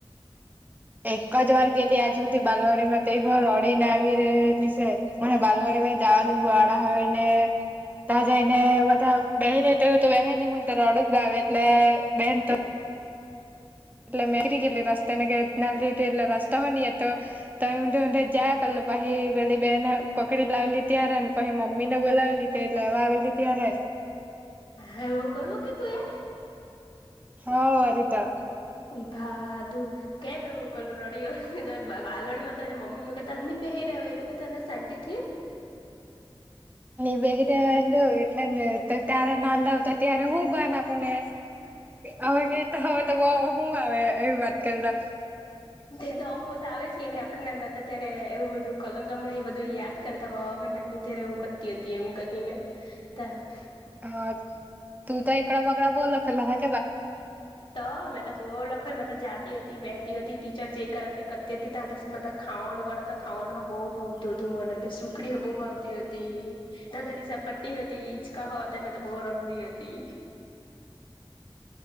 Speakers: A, on the right; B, on the left.
A: એક જ વાર ગે લી આજ હધ બાલવાડીમાંત હ રડી નાવી ર સ મ બાલવાડી તમે જવાનું બો આડો હોય ને ત્યાં જઈને બધા બે ર તોું તો વહેન ની મ રડ જ આવે એટલે બેન તો એટલે મે નિકરી ગલી રસ્તે નેલ્દીટલે રસ્તા હો નની તો ત ઉધે ઊધે જ કર તો પછી પેલી બે ને પકડી લાવલી ત્યારે ને પછી મમ્મી ને બોલાવેલી ત એટલે હવા આવેલી ત્યારે
B: હ હવું કેલું કે તું એ
A: હા વરીતો
B: ભા તું કેમ એવું ક રડી રડી વા રડીમાં અને મમ્મી ત બે હ એ લોકો કે તને શાંતિથી
A: બેલ એટલેને તો ત્યારે ના લાવતા ત્યારે હું ભાન આપણ ને હવે કે તો હવે તો બઉ હવું આવે એવી વાત કરતા
B: તો હું તો આવે છે એ ને આપડે નાના હતા અત્યારે એવું બધું કલમ તમણા એ બધું યાદ કરતા હોમે <unintelligible>
A: હા તું તો એકકડા બગડા બો લખેલા હોહે
B: તો મેં તો બહુ લખડ મેં તો જાતી હતી બેતી હતી ટીચર જે કરતી હતી ત્યા ખાવાનું ખાવાનો બહુ ભાવતુ મને કડીઓ બહુ ભાવતી હતી નાંધાલી સપટ્ટી હતી ઈચકા હતા મેં બહ રમતી હતી. <inaudible>